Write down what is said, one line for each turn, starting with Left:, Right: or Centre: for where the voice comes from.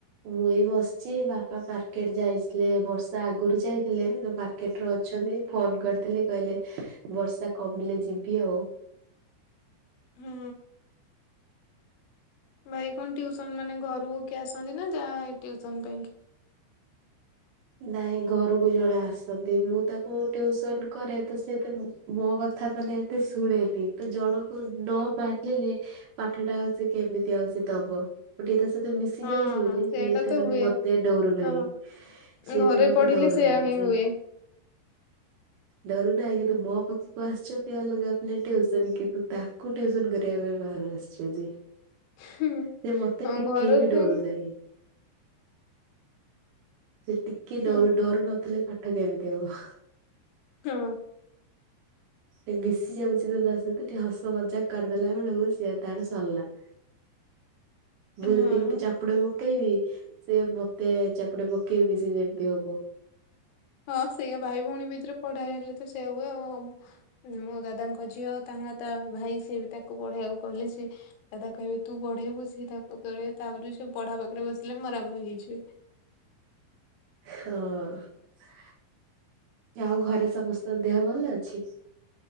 Right: ମୁଇଁ ବସିଛି ବାପା ମାର୍କେଟ ଯାଇଥିଲେ ବର୍ଷା ଆଗୁରୁ ଯାଇଥିଲେ ମା ର୍କେଟରେ ଅଛନ୍ତି ଫୋନ କରିଥିଲି କହିଲେ ବର୍ଷା କମିଲେ ଯିବି ଆଉ।
Left: ହୁଁ। ଭାଇ କଣ ଟିୟୁସନ୍ ମାନେ ଘରକୁ କିଏ ଆସନ୍ତି ନା ଯା ହେ ଟିୟୁସନ୍ ପାଇଁ କି
Right: ନାଇଁ ଘରକୁ ଜଣେ ଆସନ୍ତି ମୁଁ ତାକୁ ଟ୍ୟୁସନ୍ କରେ ତ ସେ ତାକୁ ମୋ କଥା ମାନେ ଏତେ ଶୁଣେନି ତ ଜଣକୁ ନ ମାନିଲେ ପାଠଟା ଆଉ ସେ କେମିତି ଆଉ ଦବ <unintelligible> ସେ ତେ ମିଶି
Left: ହଁ
Right: ଯାଉଚି
Left: ହଁ
Right: ବୋଲି
Left: ସେଇଟା
Right: ସିଏ ଏତେ
Left: ତ
Right: ମାନେ
Left: ହୁଏ
Right: ମତେ ଡରୁ ନାହିଁ।
Left: ହଁ
Right: ସିଏ
Left: ଘରେ
Right: ଏତେ ମତେ
Left: ପଢିଲେ
Right: ଡରୁନାହିଁ
Left: ସେୟା ହିଁ
Right: ସେ
Left: <inaudible>
Right: ଡରୁନାହିଁ କିନ୍ତୁ ମୋ ପାଖକୁ ଆସିଛନ୍ତି ଅଲଗା ପିଲା ଟିଉସନ କିନ୍ତୁ ତା ତାକୁ ଟିୟୁସନ୍ କରିବା ପାଇଁ ବାହାରୁ ଆସିଛନ୍ତି।
Left: ହୁଁ
Right: ସେ ମତେ
Left: ହଁ
Right: ଟିକିଏ
Left: ଘର
Right: ବି
Left: ତ
Right: ଡରୁ ନାହିଁ। ସେ ଟିକେ
Left: ହୁଁ
Right: ଡରୁ ଡରୁ ନଥିଲେ ପାଠ କେମିତି ହବ।
Left: ହଁ।
Right: ସେ ମିଶି ଯାଉଛି ତ ତା ସହିତ ଟିକେ ହସ ମଜାକ କରିଦେଲା ବେଳକୁ ସିଏ ତାର ସଲା।
Left: <inaudible>
Right: ମୁଁ
Left: ହଁ।
Right: ଯଦି ଗୋଟେ ଚାପୁଡା ପକେଇବି ସେ ମତେ ଚାପୁଡା ପକେଇବ କି ସେ ଯେମିତି ହବ।
Left: ହଁ ସେଇଆ ଭାଇ ଭଉଣୀ ଭିତରେ ପଢା ହେଲେ ତ ସେଇଆ ହୁଏ ଆଉ। ମୋ ଦାଦାଙ୍କ ଝିଅ ତାଙ୍କ ତା ଭାଇ ସିଏ ବି ତାକୁ ପଢେଇବାକୁ କହିଲେ ସେ ଦାଦା କହିବେ ତୁ ପଢେଇବୁ ସେ ତା କ ତାପରେ ସେ ପଢା ପାଖରେ ବସିଲେ ମରାମରି ହେଇଯିବେ।
Right: ହଁ। ଆଉ ଘରେ ସମସ୍ତଙ୍କ ଦେହ ଭଲ ଅଛି?